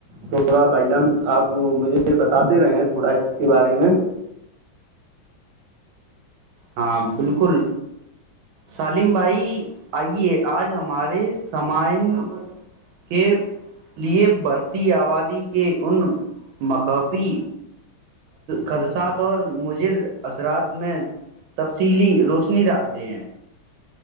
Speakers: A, on the right; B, on the right.
A: تھوڑا بھائی جان آپ مجھے بتاتے رہے تھوڑا اس کے بارے میں
B: ہاں بالکل سالم بھائی آئیے آج ہمارے سامعین کے لیے بڑھتی آبادی کے ان مقفی خدشات اور مجر اثرات میں تفصیلی روشنی ڈالتے ہیں